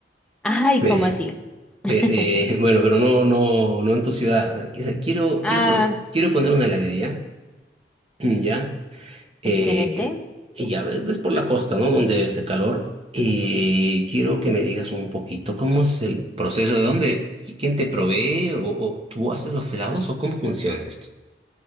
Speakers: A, in the centre; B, on the right.
A: Ay,
B: Ver-
A: ¿cómo así?
B: ver,
A: <laughs>
B: eh, <laughs> bueno, pero no, no, no en tu ciudad. Quiero,
A: Ah,
B: quiero, pon- quiero poner una heladería, <clears throat> ¿ya? Eh,
A: excelente.
B: quiero- y ya ves, ves por la costa, ¿no? Donde hace calor. Y quiero que me digas un poquito cómo es el proceso, de dónde, quién te provee, o, o tú haces los helados, o cómo funciona esto.